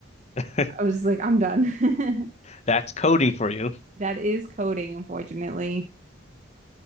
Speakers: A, on the left; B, on the right.
A: <laughs>
B: I was like, I'm done. <laughs>
A: That's coding for you.
B: That is coding, unfortunately.